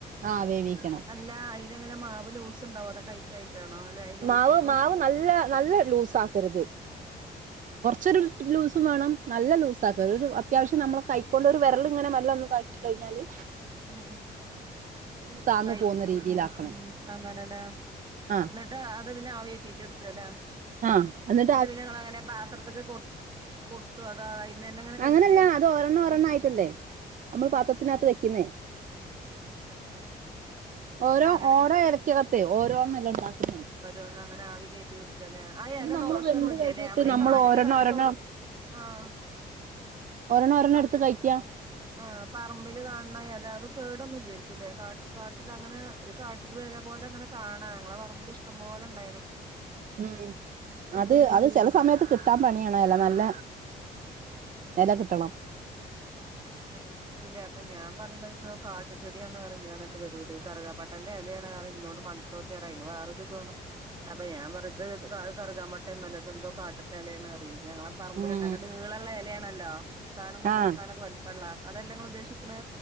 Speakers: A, on the right (about 50°); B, on the right (about 25°).
A: ആ വേവിക്കണം
B: അല്ല അയിരങ്ങനെ മാവ് ലൂസ് ഉണ്ടാവും അത ടൈ റ്റായിട്ടണോ അല്ലെ അയ്ൽ
A: മാവ്
B: ഒഴിക്കുമ്പോ
A: മാവ് നല്ല നല്ല ലൂസ് ആക്കരുത് കുറച്ചൊരു ലൂസും വേണം നല്ല ലൂസ ആക്കാ ഒരു അത്യാവശ്യം നമ്മള കൈക്കൊണ്ട് ഒരു വിരലങ്ങനെ നല്ല ഒന്ന് കഴിഞ്ഞാല്
B: ഉം
A: ഒന്ന് താന്നു
B: റ്റും
A: പോകുന്ന രീതിയിലാക്കണം
B: ഉം ഉം അങ്ങനല്ല
A: ആഹ്
B: അത പിന്നെ ആവിെറ്റീട്ട എടുക്കല്ലേ
A: ആഹ് അ
B: എന്നിട്ട് പിന്നെ ങ്ങളാങ്ങനെ പാത്രത്തിലക്ക് കൊ കൊട്ടു അത അയ്ന്നന്നെ അങ്ങനെ കഴിക്കേ
A: അങ്ങനെയല്ല അത് ഒരെണ്ണം ഒരെണ്ണ
B: ആഹ്
A: ആയിട്ടല്ലേ നമ്മൾ പാത്രത്തിനകത്ത് വെക്കുന്നേ ഓരോ
B: അങ്ങനെ
A: ഓരോ ഇലക്കകത്തെയ ഓരോണ്ണംല്ല ഉണ്ടാക്കുന്ന
B: ോ അങ്ങനെ ആവി കയറ്റി വെക്കല്ലെ
A: എന്നിട്ട്
B: അല്ല
A: നമ്മള്
B: ദോഷം
A: വെന്ത്
B: ഒന്നുല്ല്യല്ലേ
A: കഴിഞ്ഞിട്ട്
B: നമ്മള
A: നമ്മൾ
B: ഈ കാട്ടില്
A: ഓരെണ്ണം
B: കായത്തോടും
A: ഒരെണ്ണം
B: ആഹ്
A: ഒരെണ്ണ ഒരെണ്
B: പ
A: എടുത്ത് കഴിക്കാ
B: ആഹ് പറമ്പില് കാണണല്ല അത് കേടൊന്നുംല്ലായിരിക്കുംല്ലേ കാട്ട കാട്ടിൽ അങ്ങനെ ഒരു കാട്ടി വില പോലെ അങ്ങനെ കാണാ ഞങ്ങളെ പറമ്പിൽ ഇഷ്ടം പോലെണ്ടായിരുന്നു
A: ഉം അത് അത് ചില സമയത്ത് കിട്ടും കിട്ടാൻ പണിയാണ് നല്ല ഇല കിട്ടണം
B: <inaudible> ഉല്ല അപ്പ ഞാൻ പറയുന്ന കാട് ചെടിയാണ് ഞാൻ എന്നിട്ട് ഇവരോട് കറുകാപ്പട്ടന്റെ ഇലയാണ് ഇന്നോട് മണക്കാൻ <unintelligible> വേറെരു ത് <unintelligible> അപ്പൊ ഞാൻ പറയത് കറുകാൻ പേട്ടേന്നല്ല എന്തോ കാട്ടുത്തേലാണ് പറയും ഞങ്ങള പറമ്പിലുണ്ട
A: ഉം
B: അല്ല നീളുള്ള ഇലയാണല്ലോ കുത്താനും കുമ്പിളിത്താനൊക്കെ
A: ആഹ്
B: <unintelligible> പള്ളാ അതെല്ലാംങ്ങള് ഉദ്ദേശിക്കണ്